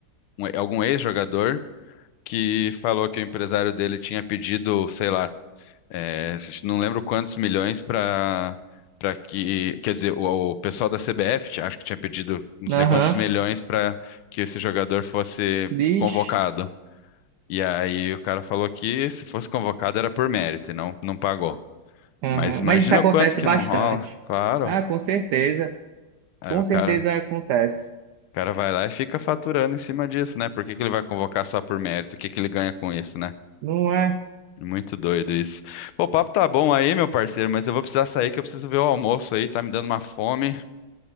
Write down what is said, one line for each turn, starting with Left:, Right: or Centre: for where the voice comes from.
Left: um- algum ex-jogador. que falou que o empresário dele tinha pedido, sei lá, é, não lembro quantos milhões para para que, quer dizer, o, o pessoal da CBF tinha- acho que tinha pedido não sei
Right: Aham,
Left: quantos milhões para que esse jogador fosse
Right: diz.
Left: convocado. E aí o cara falou que se fosse convocado era por mérito e não não pagou.
Right: Aham.
Left: Mas imagina
Right: Mas isso acontece
Left: o quanto que
Right: bastante.
Left: não rola, claro.
Right: Ah, com certeza.
Left: Aí
Right: Com
Left: o
Right: certeza
Left: cara, o
Right: acontece.
Left: cara vai lá e fica faturando em cima disso, né? Por que que ele vai convocar só por mérito? O que que ele ganha com isso, né?
Right: Não é?
Left: Muito doido isso. Pô, o papo tá bom aí, meu parceiro, mas eu vou precisar sair que eu preciso ver o almoço aí, tá me dando uma fome.